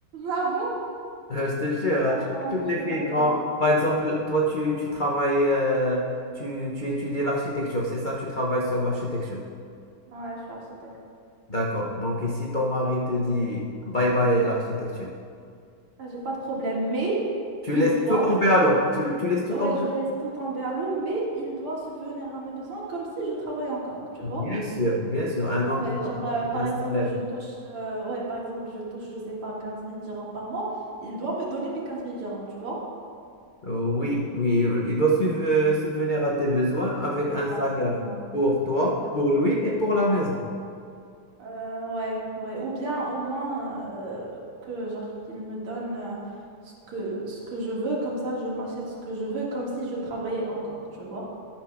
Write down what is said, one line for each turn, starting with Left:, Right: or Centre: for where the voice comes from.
Right: Ah bon?
Left: Euh, Je te jure, hein,
Right: Non,
Left: tu-
Right: non, non,
Left: toutes les
Right: je suis
Left: filles
Right: d'accord.
Left: non. Par exemple, toi, tu, tu travailles, euh, tu, tu étudies l'architecture, c'est ça, tu travailles sur l'architecture.
Right: Ouais, je suis architecte.
Left: D'accord. Donc, et si ton mari te dit bye bye l'architecture,
Right: Ah, J'ai pas de problème, mais
Left: tu
Right: il
Left: laisses
Right: doit,
Left: tout tomber à l'eau. Tu, tu laisses tout
Right: ouais,
Left: tomber.
Right: je laisse tout en berlot, mais il doit subvenir à mes besoins comme si je travaille encore, tu
Left: Bien
Right: vois.
Left: sûr, bien sûr. Un homme
Right: Ouais,
Left: qui doit
Right: genre,
Left: porter
Right: euh, par
Left: un salaire.
Right: exemple, je touche, euh, ouais, par exemple, je touche, je sais pas, quinze mille dirhams par mois, il doit me donner mes quinze mille dirhams, tu vois.
Left: Euh, Oui, oui, il doit suv- euh, subvenir à tes besoins avec
Right: Exactement.
Left: un salaire pour toi,
Right: Exactement.
Left: pour lui et pour la maison.
Right: Euh, ouais, ouais. Ou bien au moins euh, que genre qu'il me donne euh, ce que, ce que je veux, comme ça je m'achète ce que je veux, comme si je travaillais encore, tu vois.